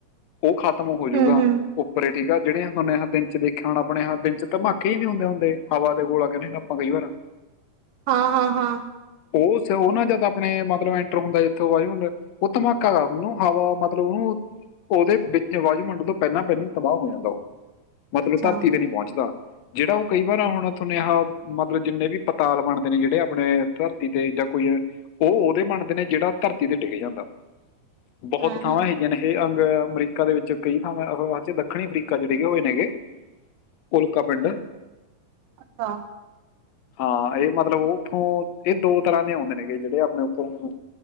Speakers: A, on the left; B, on the right.
A: ਉਹ ਖ਼ਤਮ ਹੋਜੂਗਾ
B: ਹਮ ਹਮ
A: ਉੱਪਰੇ ਠੀਕ ਆ। ਜਿਹੜੇ ਹੇ ਦਿਨ ਚ ਦੇਖਿਆ ਹੋਣਾ ਆਪਣੇ ਦਿਨ ਚ ਧਮਾਕੇ ਹੀ ਨੀ ਹੁੰਦੇ ਹੁੰਦੇ ਹਵਾ ਦੇ ਗੋਲਾ ਕਹਿੰਦੇ ਹੁ ਆਪਾਂ ਕਈ ਵਾਰਾਂ-
B: ਹਾਂ-ਹਾਂ-ਹਾਂ!
A: ਉਹ ਉਹ ਨਾ ਜਦ ਆਪਣੇ ਮਤਲਬ ਐਂਟਰ ਹੁੰਦਾ ਜਥੋਂ ਵਾਯੂਮੰਡਲ ਉਹ ਧਮਾਕਾ ਕਰ ਉਹਨੂੰ ਹਵਾ ਮਤਲਬ ਉਹਨੂੰ ਉਹਦੇ ਵਿੱਚ ਵਾਯੂਮ ਮੰਡਲ ਤੋਂ ਪਹਿਲਾਂ ਪਹਿਲ ਤਬਾਹ ਹੋ ਜਾਂਦਾ ਉਹ- ਮਤਲਬ
B: ਅੱਛਾ
A: ਧਰਤੀ ਤੇ ਨਹੀ ਪਹੁੰਚਦਾ- ਜਿਹੜਾ ਉਹ ਕਈ ਵਾਰ ਹੁਣ ਤੁਹਾਨੇ ਆ ਮਤਲਬ ਜਿੰਨੇ ਵੀ ਪਤਾਲ ਬਣਦੇ ਨੇ ਜਿਹੜੇ ਆਪਣੇ ਧਰ- ਧਰਤੀ ਤੇ ਜਾਂ ਕੋਈ ਉਹ ਉਹਦੇ ਮੰਨਦੇ ਨੇ ਜਿਹੜਾ ਧਰਤੀ ਤੇ ਡਿੱਗ ਜਾਂਦਾ।
B: ਹਮ
A: ਬਹੁਤ ਥਾਵਾਂ
B: ਹਮ
A: ਹੈਗੀਆਂ ਨੇ ਇਹ ਅ- ਅਮਰੀਕਾ ਦੇ ਵਿੱਚ ਕਈ ਥਾਵਾਂਚੇ ਦੱਖਣੀ ਅਫਰੀਕਾ ਜਿਹੜੇ ਉਹਏ ਨੇਗੇ ਉਲਕਾ ਪਿੰਡ-
B: ਅੱਛਾ।
A: ਹਾਂ ਇਹ ਮਤਲਬ ਉਹ ਉੱਥੋਂ- ਇਹ ਦੋ ਤਰ੍ਹਾਂ ਦੇ ਆਉਂਦੇ ਨੇਗੇ ਜਿਹੜੇ ਆਪਣੇ ਉੱਪਰੋਂ